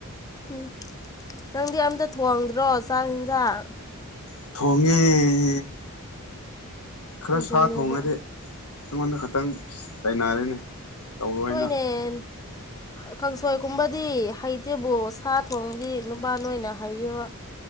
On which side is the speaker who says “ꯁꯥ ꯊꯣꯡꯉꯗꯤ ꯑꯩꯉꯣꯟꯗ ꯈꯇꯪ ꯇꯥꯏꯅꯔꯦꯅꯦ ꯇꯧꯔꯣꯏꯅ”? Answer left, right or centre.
Left